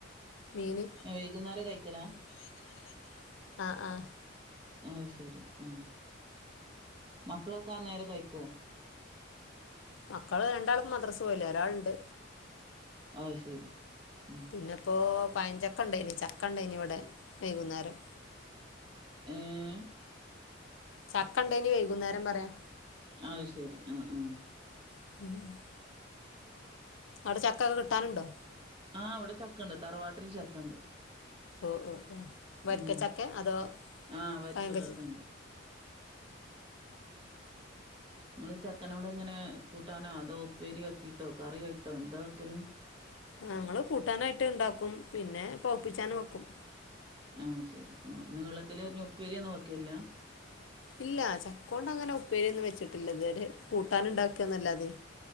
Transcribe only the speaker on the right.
വൈകുന്നേര കഴിക്കലാ
അയ് ശെരി ഉം മക്കളൊക്കെ അന്നേരം കഴിക്കോ
ആഹ് ശരി ഉം
ഏഹ്
അഹ് ശെരി ആഹ് ആഹ്
ആഹ് ഇവടെ ചക്കണ്ട് തറവാട്ടില് ചക്കണ്ട്.
ഉം
ആഹ് വരിക്ക
ചക്കണ്ട് ഇങ്ങള് ചക്കനോടെങ്ങനെ കൂട്ടാനോ അതോ ഉപ്പേരി ആക്കിട്ടോ കറിയായിട്ടോ എന്താവെക്കല്?
ആഹ് ശെരി ആഹ് നീളത്തിലരിഞ് ഉപ്പേരിയൊന്നും വെക്കേല്ല